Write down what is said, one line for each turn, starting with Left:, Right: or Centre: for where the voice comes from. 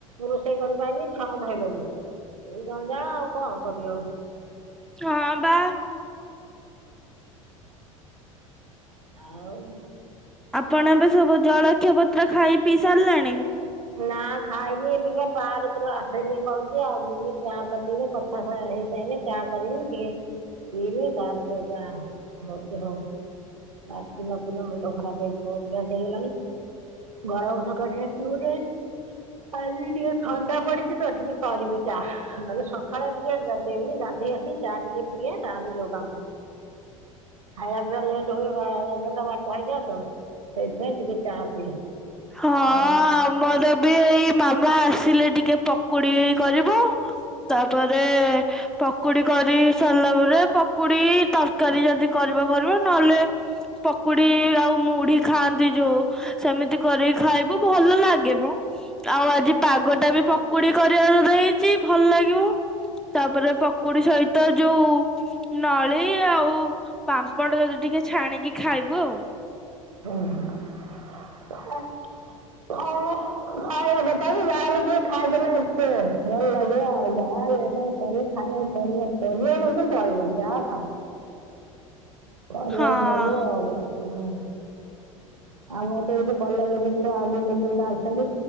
Right: ରୋଷେଇ କରିପାରନି ଛୁଆଙ୍କୁ ଧଇଲନି? ଏଇ ଜଞ୍ଜାଳ ଆଉ କଣ କରିବ?
Centre: ହଁ ବା।
Right: ଆଉ
Centre: ଆପଣ ଏବେ ସବୁ ଜଳଖିଆ ପତ୍ର ଖାଇ ପିଇ ସାରିଲାଣି?
Right: ନା ଖାଇନି ଏବେକା ପାର୍କରୁ ଆସନି ଖଉଛି ଆଉ ଦିନି ଚା କଟିବେ <unintelligible> <unintelligible> ହେଇ ସାଇନେ ଚା କରିବି ଟିକେ ପିମି ତାପରେ ଯା ହଉଛି ହଉ। ରାତି ନ ପିଲେ ମୁଣ୍ଡ ଖରାପ ହେଇଯିବ ଅଭ୍ୟାସ ହେଇଗଲାଣି। ଗରମ ସକାଶେ ପିଉନି। କାଲି ଟିକେ ଥଣ୍ଡା ପଡିଛି ତ ଟିକେ କରିବି ଚା ନହେଲେ ସକାଳେ ଟିକେ <unintelligible> ଡେଲି ଗାଧେଇ ଆସି ଚା ଟିକେ ପିଏ ତା ପରେ ଯୋଉ କାମ। ଖାଇବା ପିଇବା ଲେଟ୍ ହୁଏ ବା ଏଗାରଟା ବାରଟ ହେଇଯାଅ ତ ସେଇଥିପାଇଁ ଟିକେ ଚା ପିଏ।
Centre: ହଁ
Right: ଆଉ
Centre: ଆମର ବି ଏଇ ମାମା ଆସିଲେ ଟିକେ ପକୁଡି କରିବ। ତାପରେ ପକୁଡି କରି ସାରିଲା ପରେ ପକୁଡି ତରକାରୀ ଯଦି କରିବ ଭଲ ନହେଲେ ପକୁଡି ଆଉ ମୁଢି ଖାଆନ୍ତି ଯୋଉ ସେମିତି କରିକି ଖାଇବୁ ଭଲ ଲାଗିବ ଆଉ ଆଜି ପାଗ ଟା ବି ପ ପକୁଡି କରିବାର ଦେଇଛି ଭଲ ଲାଗିବ ତାପରେ ପକୁଡି ସହିତ ଯୋଉ ନଳି ଆଉ ପାମ୍ପଡ଼ ଯଦି ଟିକେ ଛାଣିକି ଖାଇବୁ ଆଉ
Right: ହୁଁ ହଉ। ଖାଇବା କଥା ବିି ଯାହାଲେ ଟିକେ ଖାଇଦେଲେ <unintelligible> ଭଲ ଲାଗିବ ଆଉ ଯାହା ହେଇଥାଉ କରିକି ଖାଇବାକୁ ପଡିବ କରିବାକୁ ପଡିବ ଯାହା ଖାଅ। କରିବାକୁ
Centre: ହଁ
Right: ପଡିବ ଆଉ ହଁ। ଆମର ତ ଏଇଠି କଲେଜ ଛୁଆ ଦି ତିନିଟା ଅଛନ୍ତି